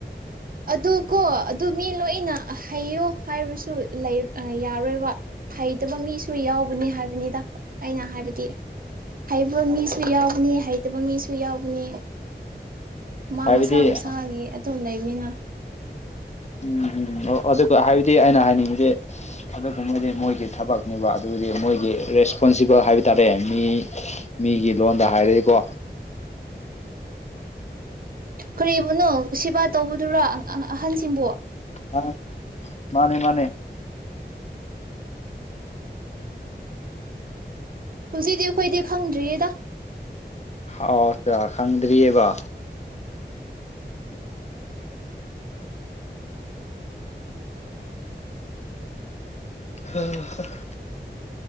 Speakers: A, on the right; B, on the left.
A: ꯑꯗꯨ ꯀꯣ ꯑꯗꯨ ꯃꯤ ꯂꯣꯏꯅ ꯍꯩꯌꯣ ꯍꯥꯏꯕꯁꯨ ꯌꯥꯔꯣꯏꯕ ꯍꯩꯇꯕ ꯃꯤꯁꯨ ꯌꯥꯎꯕꯅꯤ ꯍꯥꯏꯕꯅꯤꯗ ꯑꯩꯅ ꯍꯥꯏꯕꯗꯤ ꯍꯩꯕ ꯃꯤꯁꯨ ꯌꯥꯎꯕꯅꯦ ꯍꯩꯇꯕ ꯃꯤꯁꯨ ꯌꯥꯎꯕꯅꯦ ꯃꯥ
B: ꯍꯥꯏꯕꯗꯤ
A: ꯃꯁꯥ ꯃꯁꯥꯒꯤ ꯑꯗꯨꯝ ꯂꯩꯕꯅꯤꯅ
B: ꯎꯝꯝ ꯑꯣ ꯑꯗꯨꯒ ꯍꯥꯏꯕꯗꯤ ꯑꯩꯅ ꯍꯥꯏꯅꯤꯡꯉꯤꯗꯤ ꯑꯗꯨꯒꯨꯝꯕꯗꯤ ꯃꯣꯏꯒꯤ ꯊꯕꯛꯅꯦꯕ ꯑꯗꯨꯗꯤ ꯃꯣꯏꯒꯤ ꯔꯦꯁꯄꯣꯟꯁꯤꯕꯜ ꯍꯥꯏꯕ ꯇꯥꯔꯦ ꯃꯤ ꯃꯤꯒꯤ ꯂꯣꯟꯗ ꯍꯥꯏꯔꯗꯤꯀꯣ
A: ꯀꯔꯤꯕꯨꯅꯣ ꯁꯦꯕꯥ ꯇꯧꯕꯗꯨꯔꯣ ꯑꯍꯜꯁꯤꯡꯕꯨ
B: ꯑ ꯃꯥꯅꯦ ꯃꯥꯅꯦ
A: ꯍꯧꯖꯤꯛꯇꯤ ꯑꯩꯈꯣꯏꯗꯤ ꯈꯪꯗ꯭ꯔꯤꯌꯦꯗ
B: ꯑꯥꯎ ꯆꯥ ꯈꯪꯗ꯭ꯔꯤꯑꯦꯕ ꯑꯣ <unintelligible>